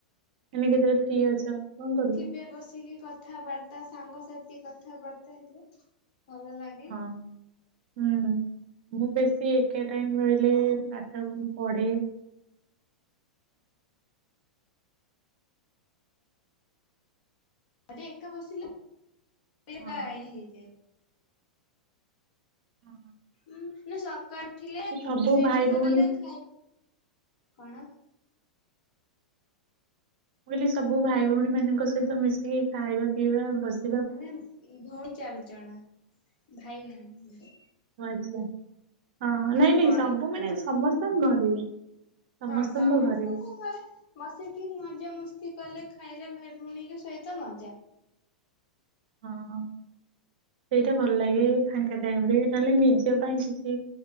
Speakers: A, on the right (about 60°); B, on the left (about 50°).
A: ଏମେ କେତେବେଳେ ଫ୍ରି ଅଛ କଣ କରିବୁ।
B: େ ବସିକି କଥାବାର୍ତ୍ତା ସାଙ୍ଗସାଥି କଥାବାର୍ତ୍ତା ହେଲେ ଭଲ ଲାଗେ।
A: ହଁ ହୁଁ ମୁଁ ବେଶୀ କେ ଟାଇମ ହେଲେ
B: ଆଉ
A: ପାଠ ପଢେ।
B: ଏକା ବସିଲି ହେଇଯାଏ।
A: ହଁ। ହଁ।
B: ଉଁ ନା ସକାଳୁ ଉଠିଲେ
A: ସବୁ
B: ରୋଷେଇବାସ
A: ଭାଇ ଭଉଣୀ
B: କଲେ
A: ମୁଁ
B: ଖାଇ କଣ?
A: ମୁଁ କହିଲି ସବୁ ଭାଇ ଭଉଣୀ ମାନଙ୍କ ସହିତ ମିଶିକି ଖାଇବା ପିଇବା ବସ
B: ଆମେ ଭଉଣୀ ଚାରି ଜଣ ଭାଇ ନାଇଁ।
A: ଆଚ୍ଛା ହଁ ନାଇଁ ନାଇଁ
B: ବଡ
A: ସବୁ ମାନେ ସମସ୍ତଙ୍କ ଘରେ। ସମସ୍ତଙ୍କ
B: ହଁ
A: ଘରେ।
B: ଘରେ ବସିକି ମଜାମସ୍ତି କଲେ ଖାଇଲେ ଭାଇ ଭଉଣୀଙ୍କ ସହିତ ମଜା।
A: ହଁ। ସେଇଟା ଭଲ ଲାଗେ ଫାଙ୍କା ଟାଇମ ରେ ନହେଲେ ନିଜ ପାଇଁ କିଛି